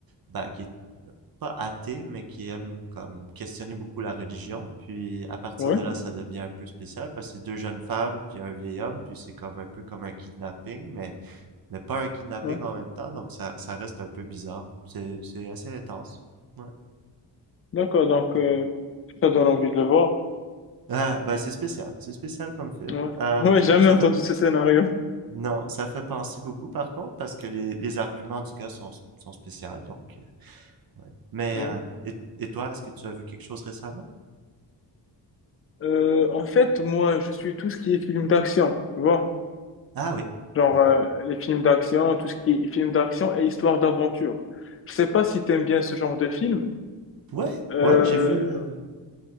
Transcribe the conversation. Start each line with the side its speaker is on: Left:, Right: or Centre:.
Right: bah, qui est pas athée, mais qui aime comme questionner beaucoup la religion, puis à partir
Left: Ouais,
Right: de là, ça devient un peu spécial, parce que c'est deux jeunes femmes, puis un vieil homme, puis c'est comme un peu comme un kidnapping, mais mais pas un kidnapping
Left: ouais.
Right: en même temps, donc ça, ça reste un peu bizarre. C'est, c'est assez intense. Ouais.
Left: D'accord, donc
Right: ouais.
Left: euh, ça donne envie de le voir.
Right: Ah, ben c'est spécial, c'est spécial comme film.
Left: Ouais,
Right: Euh,
Left: ouais, jamais
Right: ça
Left: entendu
Right: fait,
Left: ce scénario.
Right: non, ça fait penser beaucoup par contre, parce que les, les arguments du gars sont, sont spéciaux, donc, euh, ouais. Mais,
Left: Ouais.
Right: euh, et, et toi, est-ce que tu as vu quelque chose récemment?
Left: Euh, en fait, moi, je suis tout ce qui est film d'action, tu vois.
Right: Ah oui,
Left: Genre,
Right: oui.
Left: euh, les films d'action, tout ce qui est film d'action et histoire d'aventure. Je sais pas si t'aimes bien ce genre de film.
Right: Ouais,
Left: Euh,
Right: ouais, j'ai vu euh,